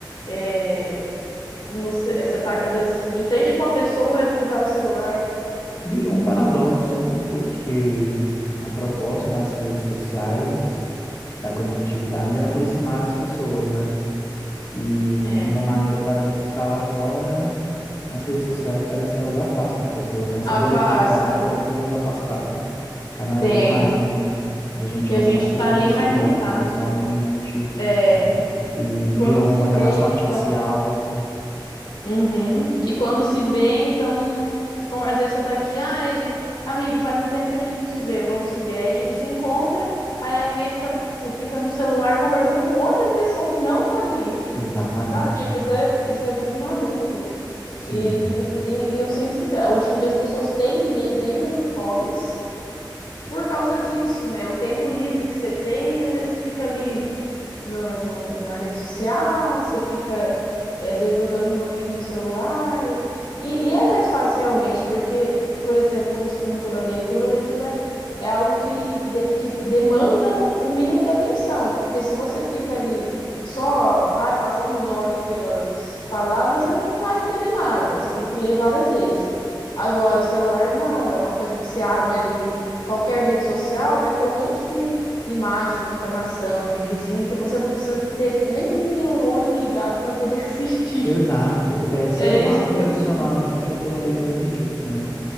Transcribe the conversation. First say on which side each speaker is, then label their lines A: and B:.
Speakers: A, on the left; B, on the left.
A: é, no, ce- você tá, às vezes, de frente com uma pessoa, mas você tá no celular
B: Virou um paradoxo,
A: e
B: né? Porque a proposta das redes sociais, da conectividade, era aproximar as pessoas, né? E
A: é,
B: de uma maneira paradoxal agora, as redes sociais parece que elas afastam as pessoas, né? Essa
A: afasta.
B: conectividade, ela tem nos afastado cada
A: Tem.
B: vez mais, né? A gente
A: Que a
B: não,
A: gente
B: as pessoas
A: tá ali,
B: não
A: mas
B: se veem
A: não
B: mais
A: tá.
B: pessoalmente,
A: É,
B: né? E virou
A: quando se
B: uma
A: vê,
B: relação artificial.
A: então Uhum. E quando se vê, então, como às vezes você tá aqui, ai, ge- amigo, faz muito tempo que a gente não se vê, vamos se ver. Aí a gente se encontra, aí alguém fica, tipo, fica no celular conversando com outra pessoa que não tá ali,
B: Exatamente.
A: sabe? Tipo, isso é, isso é muito maluco.
B: Sim.
A: E, e- e- e eu sinto que tá- hoje em dia as pessoas têm me- bem menos hobbies por causa disso, né? O tempo livre que você tem, às vezes você fica ali no, no- na rede social, você fica, eh, às vezes, jogando um joguinho no celular. E, e é mais fácil, realmente, porque, por exemplo, como você comentou da leitura, a leitura é algo que, de- que demanda o mínimo de atenção. Porque se você fica ali só, ai, passando os olhos pelas palavras, você não vai entender nada. Você tem que ler várias vezes. Agora, o celular não, é uma coisa que você abre ali. Qualquer rede social vai ter um monte de imagem, informação, videozinho que você não precisa ter nenhum neurônio ligado para poder <laughs> assistir.
B: Exato. É, celular
A: É isso
B: condicionou
A: que eu sinto.
B: a gente a ter uma leitura medíocre, né?